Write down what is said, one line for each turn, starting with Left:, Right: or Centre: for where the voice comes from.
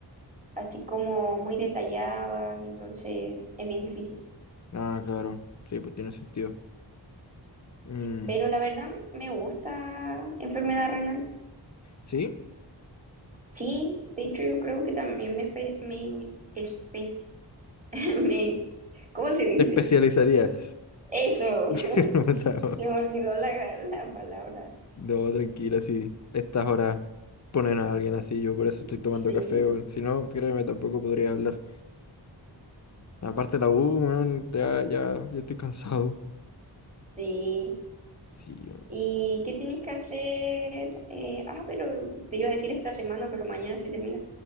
Right: así como muy detalladas, entonces es bien difícil.
Left: Ah, claro. Sí, pues tiene sentido. Mm,
Right: Pero la verdad me gusta enfermedad renal.
Left: ¿Sí?
Right: Sí, de hecho yo creo que también me, espe- me, espe- <laughs> me ¿cómo se dice?
Left: ¿Te especializarías?
Right: Eso,
Left: <laughs>
Right: <laughs>
Left: No, no,
Right: se me olvidó la, la palabra.
Left: no, tranquila, sí. Estas horas ponen a alguien así, yo por eso estoy
Right: Sí,
Left: tomando café, güey. Si no, créeme, tampoco podría hablar. Aparte de la U, weón, ya, ya, yo estoy cansado.
Right: sí,
Left: Sí, weón.
Right: ¿Y qué tienes que hacer? Eh, ah, pero te iba a decir esta semana, pero mañana se termina.